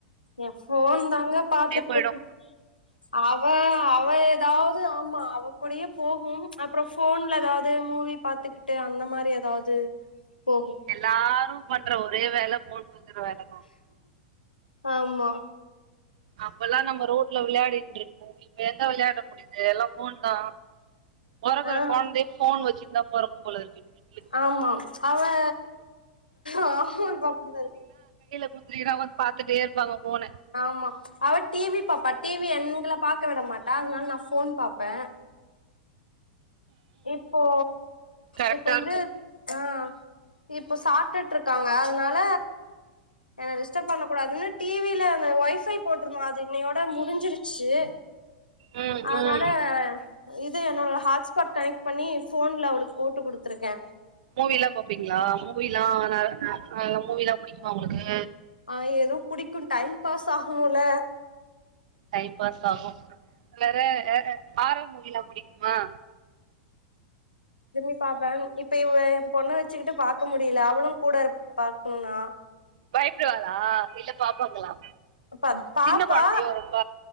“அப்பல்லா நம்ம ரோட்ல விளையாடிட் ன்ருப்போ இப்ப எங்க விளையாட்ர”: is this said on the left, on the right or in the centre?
Right